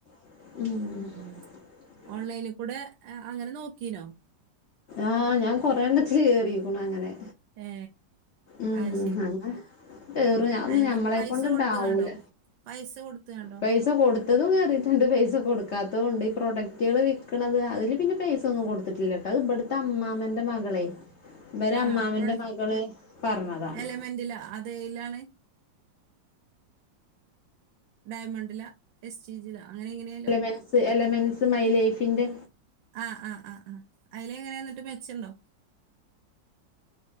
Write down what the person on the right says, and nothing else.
ഉം ഓൺലൈനിൽ കൂടെ അങ്ങനെ നോക്കീനോ
ഏ
അത് ശരി
അയ്
പൈസ
കൊടുത്ത് കണ്ടോ പൈസ കൊടുത്ത് കണ്ടോ
ആ
പ്രൊഡ
എലമെന്റില അതെയിലാണ് ഡയമണ്ടില എസ്ചി ജില അങ്ങനെ എങ്ങനെയല്ലോ
ആ ആ ആ ആ അയില് എങ്ങനെ എന്നിട്ട് മെച്ചുണ്ടോ